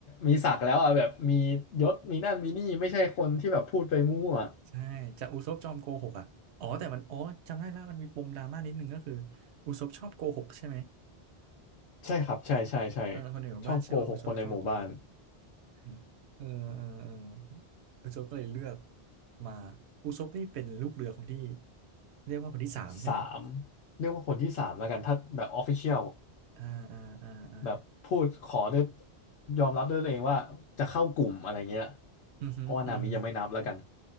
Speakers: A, on the left (about 90°); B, on the right (about 80°).
A: มีศักดิ์แล้วอ่ะแบบมียศมีนั่นมีนี่ไม่ใช่คนที่แบบพูดไปมั่ว
B: ใช่จากอุซบจอมโกหกอ่ะอ๋อแต่มันอ๋อจำได้ละมันมีปมดราม่านิดนึงก็คืออุซบชอบโกหกใช่ไหม
A: ๆใช่ครับใช่ใช่ใช่
B: เออคนในหมู่บ้านเชื่อว่าอุซบชอบโกหก
A: ชอบโกหกคนในหมู่บ้าน
B: อืมเออเออเอออุซบก็เลยเลือกมาอุซบนี่เป็นลูกเรือคนที่เรียกว่าคนที่สามใช่ไหม
A: สามเรียกว่าคนที่สามแล้วกันถ้าแบบออฟฟิเชียล
B: อ่าอ่าอ่าอ่า
A: แบบพูดขอด้วยยอมรับด้วยตัวเองว่าจะเข้ากลุ่มอะไรเงี้ย
B: อือฮึอือฮึ
A: เพราะว่านามิยังไม่นับแล้วกัน